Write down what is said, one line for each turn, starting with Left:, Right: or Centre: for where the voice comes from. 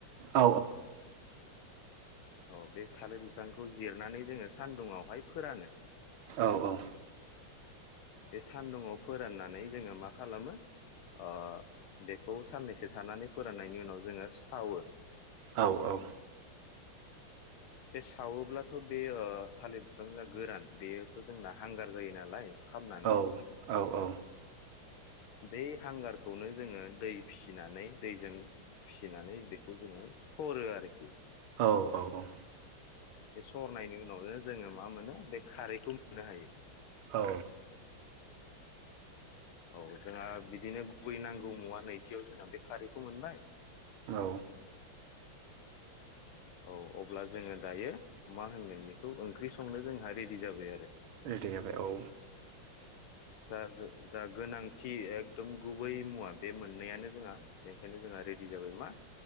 Right: औ
Left: औ बे थालिर बिफांखौ जिरनानै जोङो सान्दुुंआवहाय फोरानो
Right: औ औ
Left: बे सान्दुङाव फोराननानै जोङो मा खालामो ओ बेखौ साननैसो थानानै फोराननायनि उनाव जोङो सावो
Right: औ-औ
Left: बे सावोब्लाथ बे ओ थालिर बिफांआ गोरान बेयोथ जोंना हांगार जायो नालाय खामनानै
Right: औ औ औ
Left: बे हांगारखौनो जोङो दै फिसिनानै दैजों फिसिनानै बेखौ जोङो सरो आरोखि
Right: औ औ औ
Left: सरनाय नोङो ननो जोङो मा मोनो बे खारैखौ मोननो हायो
Right: औ
Left: औ जोंहा बिदिनो गुबै नांगौ मुवा नैथियाव जोंहा बे खारैखौ मोनबाय
Right: औ
Left: औ अब्ला जोङो दायो मा होनगोन बेखौ ओंख्रि संनो जोंहा रेडि जाबाय आरो
Right: रेडि जाबाय औ
Left: जा जो जा गोनांथि एकदम गुबै मुवा बे मोननैयानो जोंहा बेनो जोंहा रेडि जाबाय मा